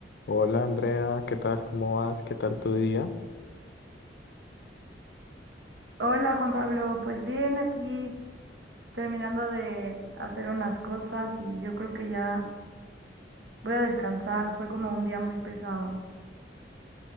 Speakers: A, on the left (about 60°); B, on the right (about 75°).
A: Hola Andrea, ¿qué tal? ¿Cómo vas? ¿Qué tal tu día?
B: Hola Juan Pablo, pues bien, aquí terminando de hacer unas cosas y yo creo que ya voy a descansar, fue como un día muy pesado.